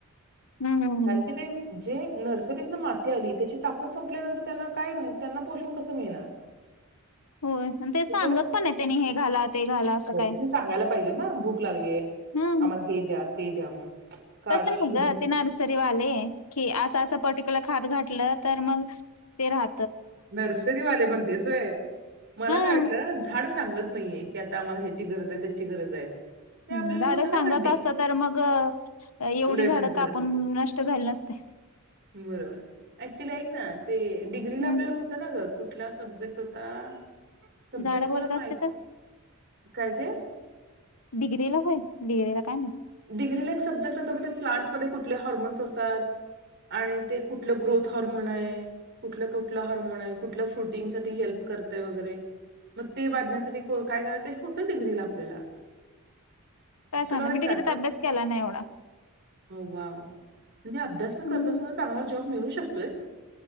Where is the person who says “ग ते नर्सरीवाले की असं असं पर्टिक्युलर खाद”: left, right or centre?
Left